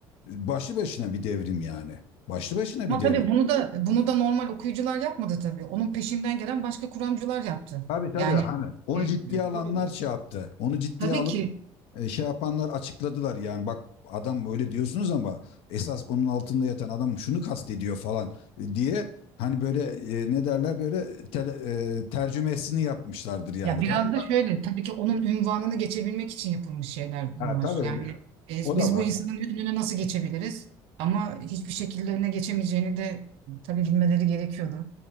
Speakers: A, on the left (about 75°); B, on the right (about 80°).
A: e, başlı başına bir devrim yani. Başlı başına
B: Ama
A: bir devrim.
B: tabii bunu da bunu da normal okuyucular yapmadı tabii. Onun peşinden gelen başka kuramcılar yaptı.
A: Tabii tabii
B: Yani
A: hani onu
B: e,
A: ciddiye alanlar
B: o,
A: şey yaptı. Onu ciddiye
B: tabii
A: alıp
B: ki
A: e, şey yapanlar açıkladılar yani bak adam böyle diyorsunuz ama esas onun altında yatan adam şunu kastediyor falan e, diye hani böyle e, ne derler böyle tele- e, tercümesini yapmışlardır yani
B: ya biraz
A: tamam
B: da
A: mı?
B: şöyle tabii ki onun ünvanını geçebilmek için yapılmış şeyler bunlar.
A: Ha tabii
B: Yani
A: bir-
B: e,
A: o
B: biz
A: da var.
B: bu insanın önüne nasıl geçebiliriz? Ama hiçbir şekilde önüne geçemeyeceğini de tabii bilmeleri gerekiyordu.